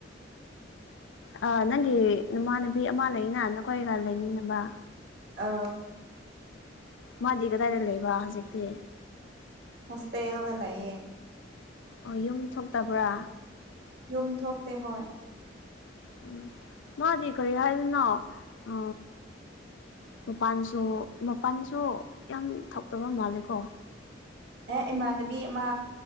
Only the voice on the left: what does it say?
ꯑ ꯅꯪꯒꯤ ꯅꯃꯥꯟꯅꯕꯤ ꯑꯃ ꯂꯩꯅ ꯅꯈꯣꯏꯒ ꯂꯩꯃꯤꯟꯅꯕ
ꯃꯥꯗꯤ ꯀꯗꯥꯏꯗ ꯂꯩꯕ ꯍꯨꯖꯤꯛꯇꯤ
ꯑꯣ ꯌꯨꯝ ꯊꯣꯛꯇꯕ꯭ꯔꯥ
ꯎꯝ ꯃꯥꯗꯤ ꯀꯔꯤ ꯍꯥꯏꯗꯣꯢꯅꯣ ꯑ ꯃꯄꯜꯁꯨ ꯃꯄꯜꯁꯨ ꯌꯥꯝ ꯊꯣꯛꯇꯕ ꯃꯥꯜꯂꯦꯀꯣ